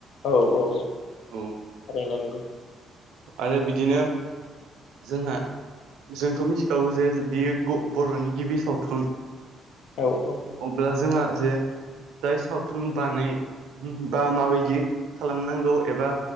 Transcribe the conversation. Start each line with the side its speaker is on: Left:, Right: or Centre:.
Left: औ औ औ
Right: औ
Left: नंगौ नंगौ।
Right: आरो बिदिनो जोंहा जोंथ' मिथिखागौ जे बियो बर'नि गिबि सावथुन
Left: औ औ।
Right: अब्ला जोंहा जे जाय सावथुन बानाय बा माबायदि खालामनांगौ एबा